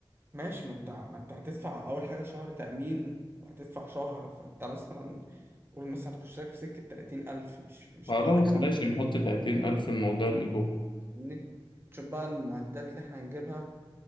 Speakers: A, on the right; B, on the left.
A: ماشي ما انت ما انت هتدفع اول حاجه شهر تامين وهتدفع شهر فانت مثلا قول مثلا تخش لك في سكه 30000 مش مش
B: خلاص
A: حتى كمان
B: ماشي نحط تلاتين ألف الموضوع الإيجار
A: فاهمني تشوف بقى المعدات اللي احنا هنجيبها